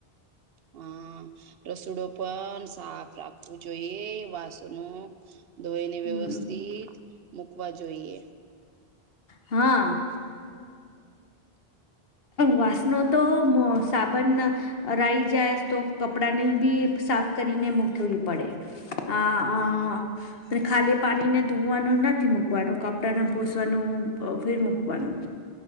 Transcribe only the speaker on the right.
હા રસોડો પણ સાફ રાખવું જોઈએ વાસુનો ધોઈને
વ્યવસ્થિત મૂકવા જોઈએ.
હા